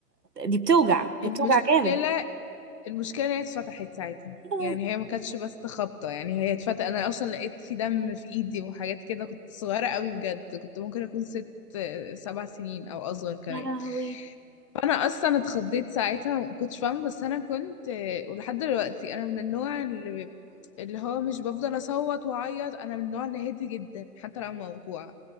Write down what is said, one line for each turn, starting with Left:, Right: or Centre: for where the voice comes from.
Right: دي بتوجع هي
Left: المشكله
Right: بتوجع جامد
Left: المشكله إن هي اتفتحت ساعتها
Right: <laughs> آه،
Left: يعني هي ما كانتش بس خبطه يعني هي اتفتحت انا اصلا لقيت في دم في ايدي وحاجات كده كنت صغيره قوي بجد كنت ممكن اكون ست سبع سنين او اصغر كمان
Right: يا لهوي
Left: فانا اصلا اتخضيت ساعتها ما كنتش فاهمه بس انا كنت آه، ولحد دلوقتي انا من النوع اللي اللي هو مش بفضل اصوت واعيط انا من النوع اللي هادي جدا حتى لو موجوعه